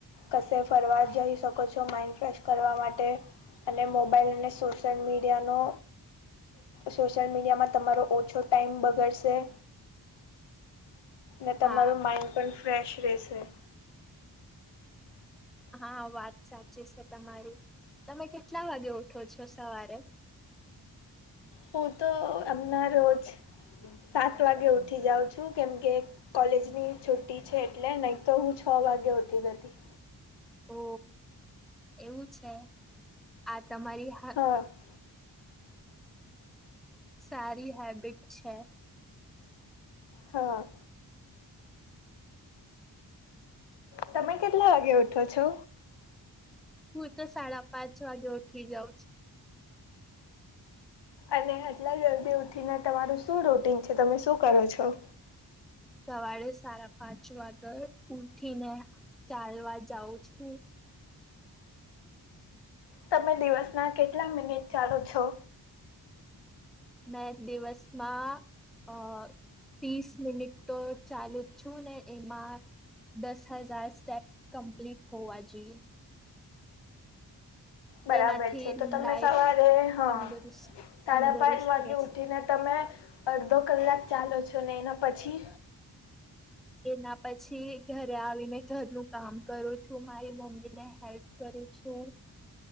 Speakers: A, on the left (about 80°); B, in the centre.
A: કશે ફરવા જઈ શકો છો માઇન્ડ ફ્રેશ કરવા માટે. અને મોબાઈલ અને સોશિયલ મીડિયાનો સોશિયલ મીડિયામાં તમારો ઓછો ટાઈમ બગડશે. ને તમારું
B: હા
A: માઇન્ડ પણ ફ્રેશ રહેશે.
B: હા વાત સાચી છે તમારી તમે કેટલા વાગે ઉઠો છો સવારે
A: હું તો હમના રોજ સાત વાગે ઉઠી જાઉં છું કેમકે કોલેજની છુટી છે એટલે નહી તો હું છ વાગે ઉઠી જતી
B: ઓ એવું છે આ તમારી હા
A: <inaudible>
B: સારી હેબિટ છે.
A: હા તમે કેટલા વાગે ઉઠો છો?
B: હું તો સાડા પાંચ વાગે ઉઠી જાઉં
A: અને આટલા જલ્દી ઉઠીને તમારું શું રૂટીન છે તમે શું કરો છો.
B: સવારે સાડા પાંચ વાગે ઉઠીને ચાલવા જાઉં છે.
A: તમે દિવસના કેટલા મિનિટ ચાલો છો?
B: મેં દિવસમાં અ ત્રીસ મિનિટ તો ચાલુ જ છું ને એમાં દસ હજાર સ્ટેપ કમ્પ્લીટ હોવા જોઈ
A: બરાબર
B: એનાથી
A: છે તો તમે
B: લાઈફ
A: સવારે હા
B: તંદુરસ્ત
A: સાડા
B: તંદુરસ્ત
A: પાંચ વાગે
B: રહેશે
A: ઉઠીને તમે અડધો કલાક ચાલો છો ને એના પછી
B: એના પછી ઘરે આવીને ઘરનું કામ કરું છું મારી મમ્મી ને હેલ્પ કરું છું.